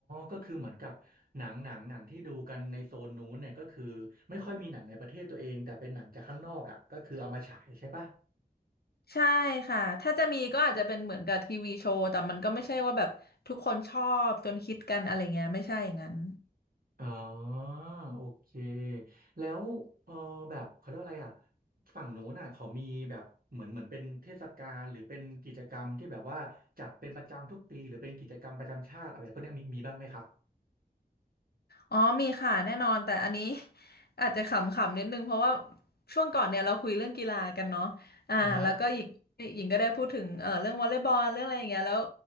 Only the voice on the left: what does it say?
ใช่ค่ะถ้าจะมีก็อาจจะเป็นเหมือนกับทีวีโชว์แต่มันก็ไม่ใช่ว่าแบบทุกคนชอบจนฮิตกันอะไรเงี้ยไม่ใช่อย่างนั้น
อ๋อมีค่ะแน่นอนแต่อันนี้ <laughs> อาจจะขำๆนิดนึงเพราะว่าช่วงก่อนเนี่ยเราคุยเรื่องกีฬากันเนาะอ่าแล้วก็หญิงหญิงก็ได้พูดถึงเอ่อเรื่องวอลเลย์บอลเรื่องอะไรอย่างเงี้ยแล้ว